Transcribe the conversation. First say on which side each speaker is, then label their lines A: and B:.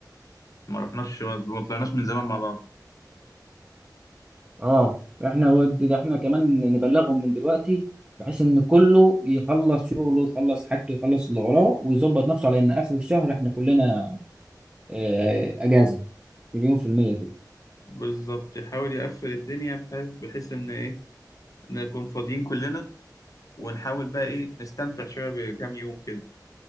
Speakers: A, on the left; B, on the right.
A: ما رحناش ما ما طلعناش من زمان مع بعض
B: اه احنا ود- ده احنا كمان نبلغهم من دلوقتي بحيث ان كله يخلص شغله يخلص حاجته يخلص اللي وراه ويظبط نفسه على ان اخر الشهر احنا كلنا آه، اجازه مليون في المية كده
A: بالظبط يحاول يقفل الدنيا بحيث بحيث ان ايه نكون فاضيين كلنا ونحاول بقى ايه نستمتع شويه بكام يوم كده